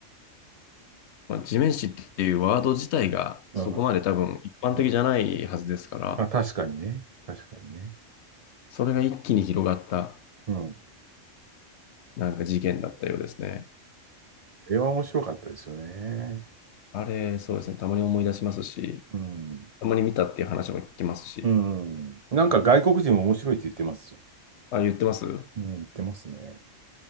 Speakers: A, on the left; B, on the right.
A: まあ、地面師っていうワード自体がそこまで多分一般的じゃないはずですから、
B: んうんあ、確かにね。確かにね。
A: それが一気に広がった
B: うん。あ
A: なんか事件だったようですね。
B: は面白かったですよね。
A: あれ、そうですね、たまに思い出しますし、
B: うん。
A: たまに見たっていう話も聞きますし、
B: うん。なんか外国人も面白いって言ってますよ。
A: あ、言ってます
B: うん、言ってますね。